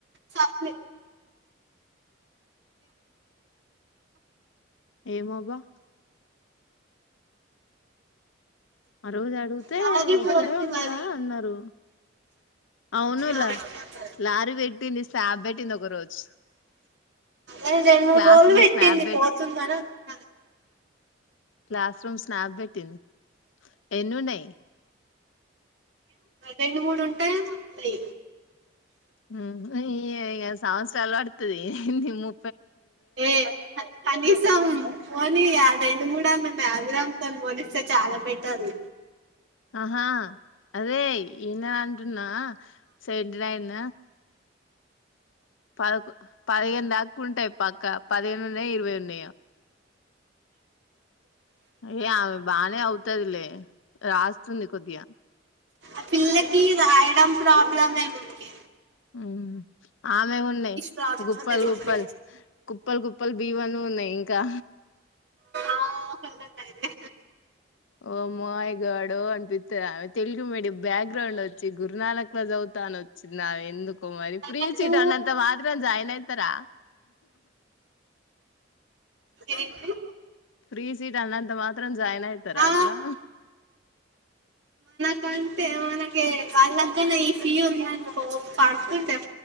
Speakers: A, on the right (about 65°); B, on the left (about 85°).
A: సప్లి
B: ఏమో అబ్బా ఆ రోజు అడిగితే
A: సాగిపోతుంది
B: ఇక్కడే ఉన్నారా
A: మరి
B: అన్నారు అవును
A: అదే
B: లా లారీ పెట్టింది స్నాప్ పెట్టింది ఒక రోజు
A: ఏ రెండు మూడు
B: క్లాస్
A: రోజులు
B: రూమ్
A: పెట్టింది
B: స్నాప్
A: పోతుందని అన్నారు
B: క్లాస్ రూమ్ స్నాప్ పెట్టింది ఎన్ని ఉన్నాయి
A: రెండు మూడు ఉంటాయి ఏమో మరి
B: ఉం ఇగ సంవత్సరాలు పడుతుది నీ ము
A: ఏ కనీసం పోనీ రెండు మూడు అన్న బాగ్రౌండ్స్ తోనే పోలిస్తే చాలా బెటర్
B: ఆహా అదే ఈయన అంటున్నా సెవెంటీ నైన్ పద పదిహేను దాకా ఉంటాయి పక్క పదిహేను ఉన్నాయ ఇరవై ఉన్నాయా అయ్యే ఆమె బానే అవుతదిలే రాస్తుంది కొద్దిగా
A: ఆ పిల్లకి రాయడం ప్రాబ్లం మేముంది
B: ఉం ఆమె ఉన్నాయి
A: ప్రాబ్లమ్
B: గుప్పలు
A: తెలుగు
B: గుప్పలు కుప్పలు కుప్పలు బియవాలో ఉన్నాయి కా
A: ఆ సంగతైతే
B: ఓ మయి గాడో అనిపిత్త ఆమె తెలుగు మీడియమ్ బ్యాక్గ్రౌండ్ వచ్చి గురునానక్ లో చదువు న వచ్చింది ఎందుకు కొ మరి
A: మనకు
B: ఫ్రీ సీట్ అన్నంత మాత్ర జాయిన్ అయితారా
A: ఏంటి
B: ఫ్రీ సీట్ అన్నంత మాత్రం జాయిన్ అయితారా
A: ఆ
B: అట్లా
A: అంటే మనకి కాళ్ళ్గనే ఈ ఫీ ఉంది అనికో పడుతుంటే <unintelligible>